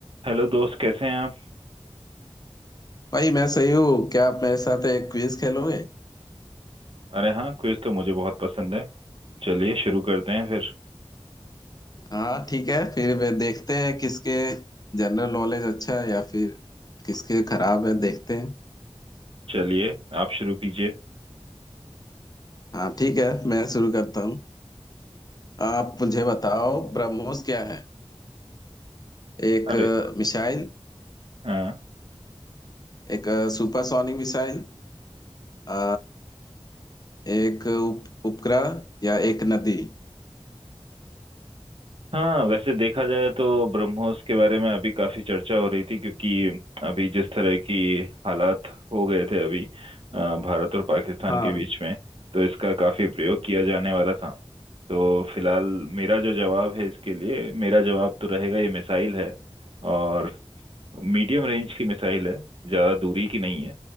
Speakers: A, on the right; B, on the left.
A: Hello दोस्त कैसे हैं आप
B: भाई मैं सही हूँ क्या आप मेरे साथ एक क्विज खेलोगे
A: अरे हाँ क्विज तो मुझे बहुत पसंद है चलिए शुरू करते हैं फिर
B: हाँ ठीक है फिर वे देखते हैं किसके जनरल नॉलेज अच्छा है या फिर किसके खराब है देखते हैं
A: चलिए आप शुरू कीजिए
B: हाँ ठीक है मैं शुरू करता हूँ आप मुझे बताओ ब्रह्मोस क्या है एक
A: अरे
B: अ, मिसाइल
A: हाँ
B: एक सुपरसोनिक मिसाइल अ, एक उप, उपग्रह या एक नदी
A: हाँ वैसे देखा जाए तो ब्रह्मोस के बारे में अभी काफी चर्चा हो रही थी क्योंकि अभी जिस तरह की हालात हो गए थे अभी अ, भारत और पाकिस्तान
B: हाँ
A: के बीच में तो इसका काफी प्रयोग किया जाने वाला था तो फिलहाल मेरा जो जवाब है इसके लिए मेरा जवाब तो रहेगा ये मिसाइल है और मीडियम रेंज की मिसाइल है ज्यादा दूरी की नहीं है